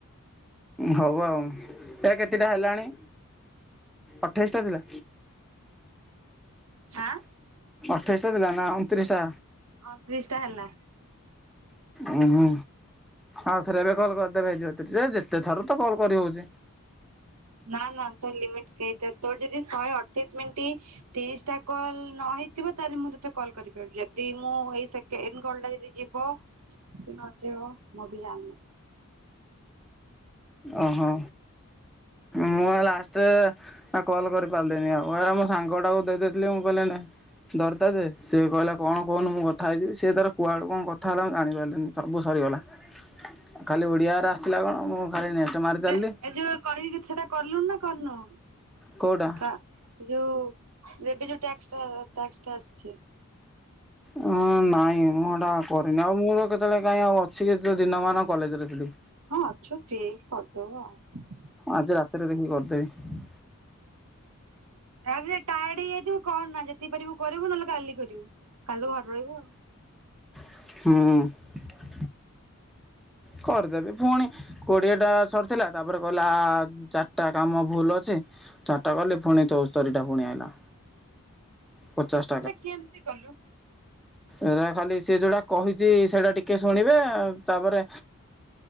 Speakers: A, in the centre; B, on the right.
A: ହଉ ଆଉ ଏ କେତେଟା ହେଲାଣି? ଅଠେଇଶଟା ଥିଲା।
B: ଆଁ।
A: ଅଠେଇସ୍ଟା ଥିଲା ନା ଅଣତିରିଶଟା?
B: ଅନ୍ତିରିଶଟା ହେଲା।
A: ଉଁ, ହୁଁ। ଆଉ ଥରେ ଏବେ କଲ୍ କରିଦେବେ। <unintelligible> ଯେତେ ଥର ତ କଲ୍ କରିହଉଛି
B: ନା, ନା, ତ ଲିମିଟ କେଇଟା? ତୋର ଯଦି ଶହେ ଅଠେଇଶ ମିନ୍ଟି, ତିରିଶ ଟା କଲ ନ ହେଇଥିବ, । ତାହେଲେ ମୁଁ ତୋତେ କଲ୍ କରିପାରିବି। ଯଦି ମୁଁ ଏଇ ସେକେଣ୍ଡ କଲ ଟା ଯଦି ଯିବ! କିି ନଯିବ ମୁଁ ବି ଜାଣିନି।
A: ଓହୋ! ମୁଁ ଆ ଲାଷ୍ଟ ଆ କଲ୍ କରି ପାରିଲିନି ଆଉ। ଏରା ମୋ ସାଙ୍ଗଟାକୁ ଦେଇଦେଇଥିଲି। ମୁଁ କହିଲି ନେ ଦରତା ଯେ ସେଏ କହିଲା କଣ କହୁନ! ମୁଁ କଥା ହେଇଯିବି। ସେତାର କୁଆଡୁ କଣ କଥା ହେଲା ମୁଁ ଜାଣି ପାରିଲିନି? ସବୁ ସ ଗଲା। ଖାଲି ଓଡ଼ିଆରା ଆସିଲା କଣ ମୁଁ ଖାଲି ନେକ୍ସଟ୍ ମାରି ଚାଲିଲି
B: ଏ ଏ ଯୋଉ କରିକି ସେଟା କରଲୁଣି ନା କରିନୁ?
A: କୋଉଟା
B: ଖା ଯଉ ଏବେ ଯୋଉ ଟ୍ୟାକ୍ସଟା ଟ୍ୟାକ୍ସଟା ଆସଛି।
A: ହଁ, ନାଇଁ ମୁଁ ହେଟା କରିନି ଆଉ। ଆଉ, ମୁଁ କେତେବେଳେ କାହିଁ ଆଉ ଅଛି, ଯେ ଦିନମାନ କଲେଜରେ ଥିଲି।
B: ହଁ, ଅଛୁଟେ କରିଦବୁ ଆଉ।
A: ଆଜି ରାତିରେ ଦେଖି କରଦେବି।
B: ଆଯେ ଟାଏଡ ହେଇଯାଇଥିବୁ କରନା। ଯେତିକି ପାରିବୁ କରିବୁ ନହେଲେ କାଲି କରିବୁ। କାଲି ତ ଘର ରହିବୁ ଆଉ।
A: ହଁ। କରିଦେବି। ପୁଣି କୋଡ଼ିଏଟା ସରିଥିଲା ତାପରେ କହିଲା ଚାରିଟା କାମ ଭୁଲ ଅଛି। ଚାର ଟା କଲି, ଫୁଣି ଚଉସ୍ତରିଟା ଫୁଣି ଆଇଲା।
B: <inaudible>
A: ପଚାଶ
B: ହେରା କେମତି କଲୁ?
A: ଏଟା ଖାଲି ସିଏ ଯୋଉଟା କହିଛି, ସେଟା ଟିକେ ଶୁଣିବେ। ତାପରେ
B: <inaudible>